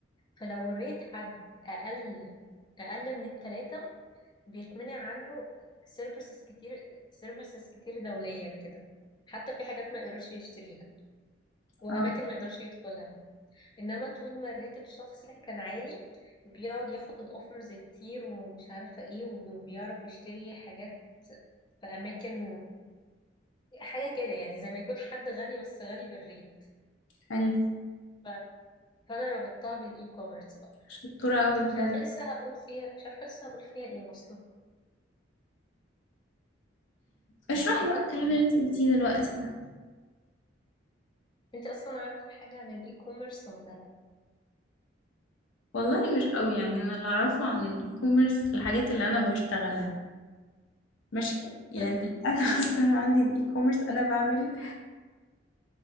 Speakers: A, on the left; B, on the left.
A: فلو الريت حد اقل اقل من التلاتة بيتمنع عنه سيرفيسز كتير سيرفيسز كتير دوليا كده حتى في حاجات ما يقدرش يشتريها وأماكن
B: اه
A: ما يقدرش يدخلها إنما طول ما الريت الشخص كان عالي بيقعد ياخد اوفرز كتير ومش عارفة ايه وبيعرف يشتري حاجات في أماكن حاجة كده يعني زي ما يكون حد غني بس غني بالريت
B: حلو
A: ف- فأنا ربطتها بالإي كوميرس بقى
B: شطورة قوي بجد
A: مش عارفة لسه هقول فيها مش عارفة لسه هقول فيها ايه أصلا
B: اشرحي
A: بس أنا
B: بقى الكلام
A: أنا-
B: اللي انتي قلتيه دلوقتي ده
A: أنت أصلا عارفة حاجة عن الإي كوميرس ولا
B: والله مش قوي يعني انا اللي اعرفه عن الاي كوميرس الحاجات اللي انا بشتغلها ماشي يعني
A: لأ؟ <laughs>
B: <laughs> انا اصلا عندي الاي كوميرس انا بعمل